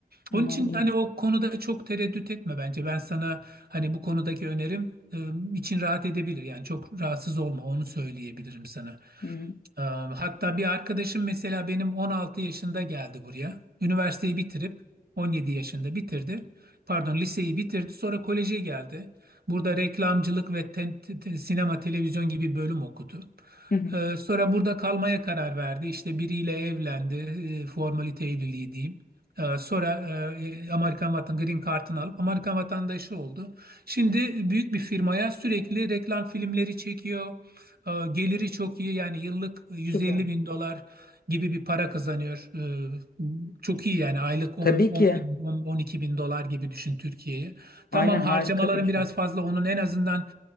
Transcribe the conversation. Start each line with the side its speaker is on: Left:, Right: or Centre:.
Right: Onun
Left: Aman
Right: için
Left: iyi.
Right: hani o konuda çok tereddüt etme bence. Ben sana hani bu konudaki önerim e, için rahat edebilir. Yani çok rahatsız olma onu söyleyebilirim sana.
Left: Hı hı.
Right: Ee, Hatta bir arkadaşım mesela benim 16 yaşında geldi buraya. Üniversiteyi bitirip 17 yaşında bitirdi. Pardon liseyi bitirdi. Sonra koleje geldi. Burada reklamcılık ve te- te- te- sinema televizyon gibi bölüm okudu.
Left: Hı hı.
Right: Ee, Sonra burada kalmaya karar verdi. İşte biriyle evlendi. e, Formalite evliliği diyeyim. Ee, Sonra e, Amerikan vatan Green Card'ını alıp Amerikan vatandaşı oldu. Şimdi büyük bir firmaya sürekli reklam filmleri çekiyor. E, Geliri çok iyi yani yıllık 150
Left: Süper.
Right: bin dolar gibi bir para kazanıyor. E, Çok iyi yani aylık 10,
Left: Tabii
Right: 10
Left: ki.
Right: bin, 10 12 bin dolar gibi düşün Türkiye'yi. Tamam
Left: Aynen harika
Right: harcamaların
Left: bir ücret.
Right: biraz fazla onun en azından